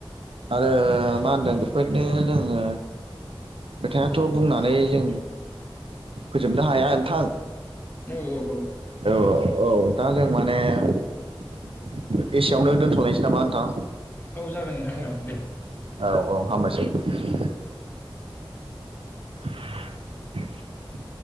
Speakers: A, on the right; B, on the left.
A: आरो मा होनदों बेफोरदिनो जोङो। खोथायाथ' बुंनानै जों फोजोबनो हाया नोंथां।
B: औ औ
A: औ औ। दा जों माने एसेयावनो दोनथ'लायनोसै नामा नोंथां।
B: औ जागोन नोंथां जागोन दे।
A: औ औ हामबायसै। <unintelligible>